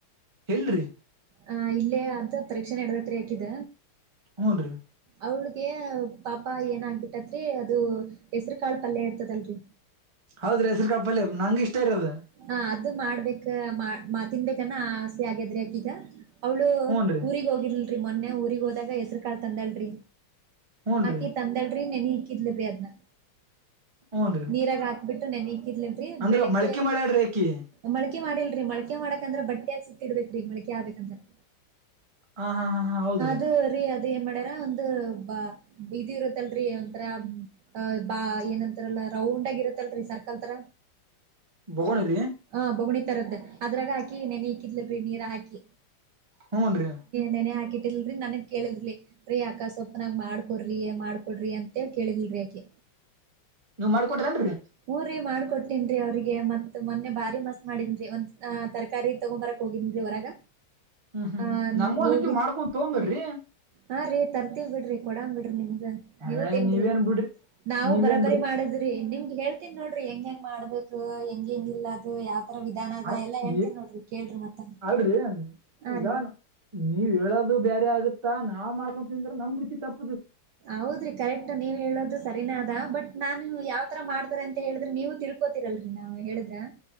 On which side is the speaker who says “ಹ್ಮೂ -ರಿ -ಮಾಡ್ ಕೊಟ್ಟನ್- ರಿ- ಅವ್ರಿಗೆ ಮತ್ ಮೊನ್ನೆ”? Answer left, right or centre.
Right